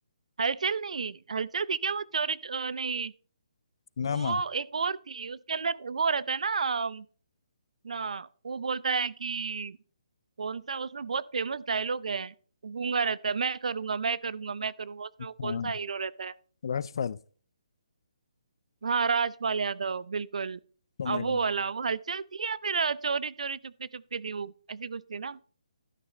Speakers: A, on the right; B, on the left.
A: हलचल नहीं हलचल थी क्या वो चोरी अ, नहीं
B: हंगामा
A: वो एक और थी उसके अंदर वो रहता है ना अम, ना वो बोलता है कि कौन सा उसमें बहुत फेमस डायलॉग है गूंगा रहता है मैं करूंगा मैं करूंगा मैं करूंगा उसमें
B: हाँ
A: वो कौन सा हीरो रहता है
B: राजपाल
A: हाँ राजपाल यादव बिल्कुल
B: कॉमेडी
A: अ, वो वाला वो हलचल थी या फिर अ, चोरी चोरी चुपके चुपके थी वो ऐसी कुछ थी ना